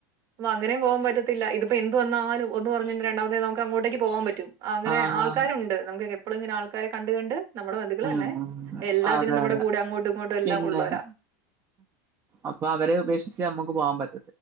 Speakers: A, on the right (about 45°); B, on the right (about 25°).
A: അങ്ങനെ പോവാൻ പറ്റത്തില്ല ഇത്പ്പോ എ പ്പവന്നാലും ഒന്ന് പറഞ്ഞിട്ട് രണ്ടാമത്തേ ന് നമുക്ക് അങ്ങോട്ടേക്ക് പോവാൻ പറ്റും അങ്ങനെ
B: ആഹ്
A: ആൾക്കാരുണ്ട് നമുക്കെക്കെ എപ്പളും ഇങ്ങനെ ആൾക്കാരെ കണ്ട് കണ്ട് നമ്മുടെ ബന്ധുക്കളെതന്നെ
B: ഉം
A: എല്ലാത്തിനും
B: അതെ
A: നമ്മുടെ
B: അതെ
A: കൂടെ അങ്ങോട്ടും ഇങ്ങോട്ടും എല്ലാം
B: പിന്നെ
A: ഉള്ളവരാ
B: അപ്പൊ അവരെ ഉപേക്ഷിച്ച് നമ്മുക്ക് പോവാൻ പറ്റ